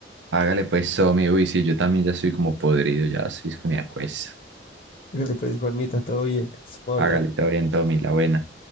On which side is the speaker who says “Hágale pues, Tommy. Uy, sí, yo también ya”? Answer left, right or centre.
Right